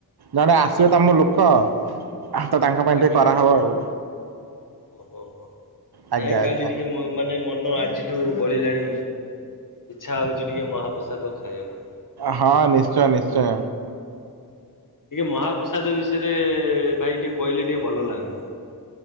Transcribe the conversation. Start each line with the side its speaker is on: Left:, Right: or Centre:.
Right: ଜଣେ ଆସିବ ତମ ଲୋ କ ତ ତାଙ୍କ ପାଇଁ
Left: ଆଜ୍ଞା
Right: ଟିକେ କରାହବ
Left: ଆଜ୍ଞା।
Right: ଆଉ।
Left: ଓହୋ ହୋ
Right: ଆଜ୍ଞା
Left: ନାଇଁ କାଲି
Right: ଆଜ୍ଞା
Left: ଟିକେ ମୁଁ। ମାନେ ମନ ଆଜିଠୁ ବଳିଲାଣି ଇଛା ହଉଛି ଟିକେ ମହାପ୍ରସାଦ ଖାଇବାକୁ।
Right: ହଁ ନିଶ୍ଚୟ ନିଶ୍ଚୟ।
Left: ଟିକେ ମହାପ୍ରସାଦ ବିଷୟରେ ଭାଇ ଟିକେ କହିଲେ ଟିକେ ଭଲ ଲାଗନ୍ତା।